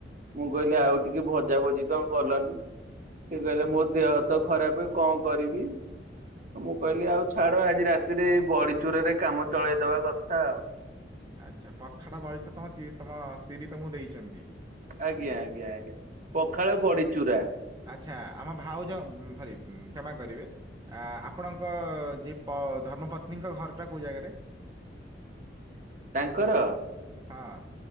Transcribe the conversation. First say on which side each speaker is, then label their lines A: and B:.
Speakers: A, on the right (about 45°); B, on the right (about 25°).
A: ମୁଁ କହିଲି ଆଉ ଟିକେ ଭଜା ଭଜି କଣ କଲନି? ସେ କହିଲେ ମୋ ଦେହ ତ ଖରାପ କଣ କରିବି। ମୁଁ
B: ହୁଁ
A: କହିଲି ଆଉ ଛାଡ ଆଜି ରାତିରେ ଏ ବଡିଚୁରାରେ କାମ ଚଳେଇଦବା କଥା ଆଉ।
B: ଆଛା ପଖାଳ ବଡିଚ ତମ ତମ ସ୍ତ୍ରୀ ତମକୁ ଦେଇଛନ୍ତି।
A: ଆଜ୍ଞା ଆଜ୍ଞା ଆଜ୍ଞା ପଖାଳ ପଡିଚୁରା।
B: ଆଛା ଆମ ଭାଉଜ ସରି କ୍ଷମା କରିବେ। ଆ ଆପଣଙ୍କ ଯିଏ ଧର୍ମପତ୍ନୀଙ୍କ ଘର ଟା କଉ ଜାଗାରେ?
A: ତାଙ୍କର
B: ହଁ।